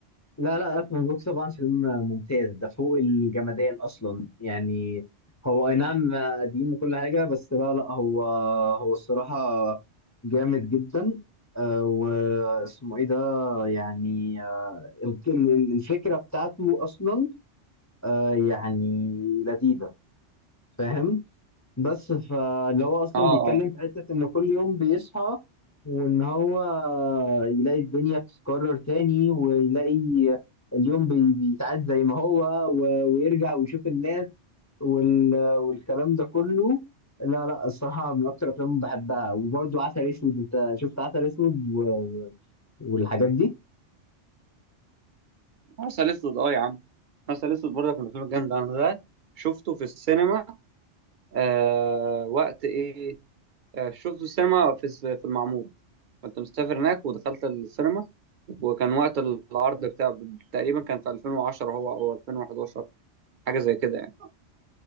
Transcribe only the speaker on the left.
لا لا ألف مبروك طبعا فيلم ممتاز ده فوق الجمدان أصلا يعني هو أي نعم قديم وكل حاجة بس لا لا هو هو الصراحة جامد جدا آه، واسمه إيه ده يعني آه، ال- ال- الفكرة بتاعته أصلا آه، يعني لذيذة فاهم بس فاللي هو اصلا
بيتكلم
في حته ان كل يوم بيصحى وان هو يلاقي الدنيا بتتكرر تاني ويلاقي اليوم بي- بيتعاد زي ما هو و- ويرجع ويشوف الناس وال... والكلام ده كله لا لا الصراحه من اكتر الافلام اللي بحبها وبرده عسل اسود انت شفت عسل اسود و... و... والحاجات دي